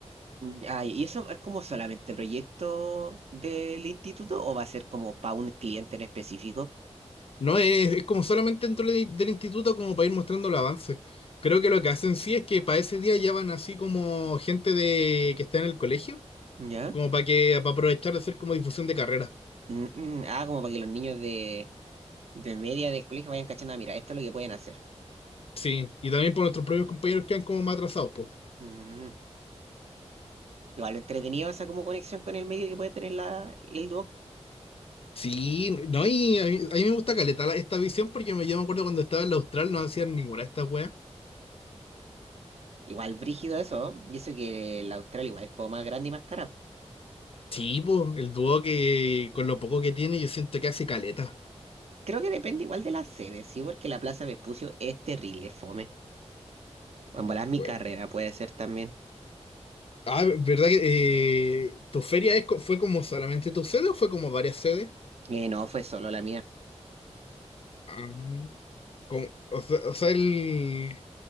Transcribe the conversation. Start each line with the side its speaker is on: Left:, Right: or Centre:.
Right: Mm, Ah, ¿y eso es como solamente proyecto del instituto o va a ser como para un cliente en específico?
Left: No es, es como solamente dentro de- del instituto, como para ir mostrando el avance. Creo que lo que hacen sí es que para ese día ya van así como gente de que está en el colegio
Right: ¿Ya?
Left: como para que, para aprovechar de hacer como difusión de carrera.
Right: Mm, mm, ah, como para que los niños de, de media del colegio vayan cachando, "Ah, mira, esto es lo que pueden hacer.
Left: Sí, y también por nuestros propios compañeros que han como más atrasados, pues.
Right: Mm, igual entretenido esa como conexión con el medio que puede tener la, el Duoc.
Left: Sí, no, y a mí, a mí me gusta caleta la- esta visión porque me, yo me acuerdo cuando estaba en la Austral no hacían ninguna de estas weas.
Right: Igual brígido eso, ¿no? Y eso que la Austral igual es como más grande y más cara.
Left: Sí, pues, el dúo que con lo poco que tiene yo siento que hace caleta.
Right: Creo que depende igual de la sede, ¿sí? Porque la Plaza Vespucio es terrible, fome. O en volar mi
Left: Jue.
Right: carrera puede ser también.
Left: Ah, ¿verdad que eh, tu feria es, co- fue como solamente tu sede o fue como varias sedes?
Right: Eh, no, fue solo la mía.
Left: Ah, como- o sea, o sea, el,